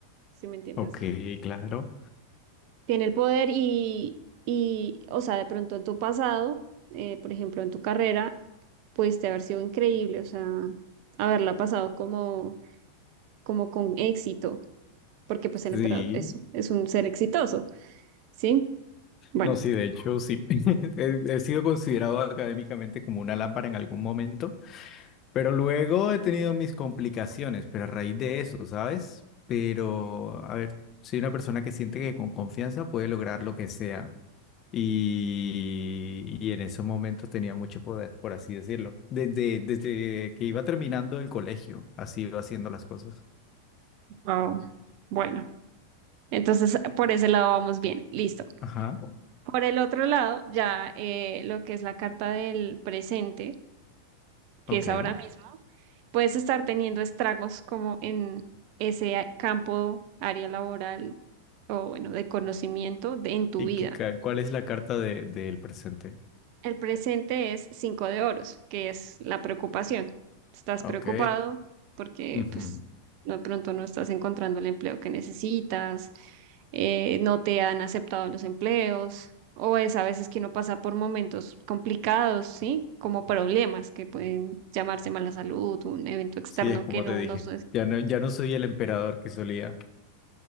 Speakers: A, on the right; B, on the left.
A: ¿sí me entiendes?
B: Ok, claro.
A: Tiene el poder y, y o sea, de pronto en tu pasado, eh, por ejemplo, en tu carrera, pudiste haber sido increíble, o sea, haberla pasado como, como con éxito, porque pues el
B: Sí.
A: emperador es, es un ser exitoso. Sí, bueno,
B: No, sí, de hecho, sí. <laughs> He, he sido considerado académicamente como una lámpara en algún momento, pero luego he tenido mis complicaciones, pero a raíz de eso, ¿sabes? Pero, a ver, soy una persona que siente que con confianza puede lograr lo que sea. Y, y en esos momentos tenía mucho poder, por así decirlo. Desde, desde que iba terminando el colegio, así iba haciendo las cosas.
A: wow. Bueno, entonces por ese lado vamos bien, listo.
B: Ajá.
A: Por el otro lado, ya eh, lo que es la carta del presente, que
B: Ok.
A: es ahora mismo, puedes estar teniendo estragos como en ese a- campo, área laboral o bueno, de conocimiento de- en tu
B: ¿Y
A: vida.
B: qué, ca- cuál es la carta de, del presente?
A: El presente es cinco de oros, que es la preocupación. Estás
B: Ok.
A: preocupado porque
B: Ujú.
A: pues no, de pronto no estás encontrando el empleo que necesitas, eh, no te han aceptado los empleos, o es a veces que uno pasa por momentos complicados, ¿sí? Como problemas que pueden llamarse mala salud, un evento externo
B: Sí, es como
A: que no,
B: te dije.
A: no es
B: Ya no, ya no soy el emperador que solía.